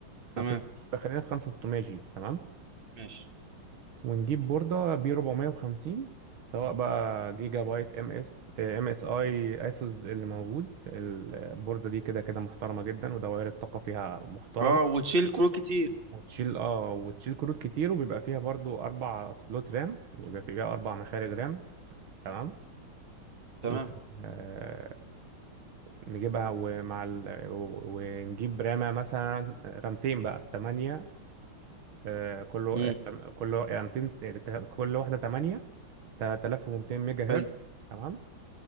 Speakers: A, on the right (about 30°); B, on the right (about 80°).
A: تمام
B: ما فيهوش يبقى خلينا في 5600 جي تمام
A: ماشي
B: ونجيب بورده بي 450 سواء بقى جيجا بايت ام اس ام اس اي اسوس اللي موجود البورده دي كده كده محترمه جدا ودوائر الطاقه فيها محترمه
A: اه وتشيل كروت كتير
B: وتشيل اه وتشيل كروت كتير وبيبقى فيها برضو اربع سلوت رام يبقى فيها اربع مخارج رام تمام
A: تمام
B: و... آه... نجيبها ومع ال... و... ونجيب رامة مثلا رامتين بقى تمانية آه... كله
A: امم
B: آه، كله رامتين كل واحدة تمانية 3200 ميجا
A: حلو
B: هرتز تمام